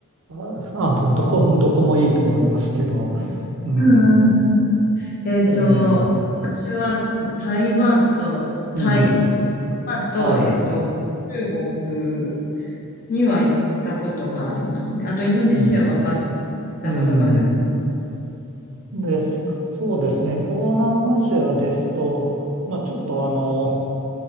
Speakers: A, on the right (about 60°); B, on the left (about 40°).
A: あ、あのどこ、どこもいいと思いますけど、うん、
B: うんうんうん。えっと、
A: ええ
B: 私は台湾とタイ、
A: うん、
B: 台湾と、
A: はい、
B: えっと、中国には行ったことがありますね。あと、インドネシアはバリ行っ
A: うん、
B: たことがあるんで。
A: うん。です。そうですね。東南アジアですと、まあちょっとあの、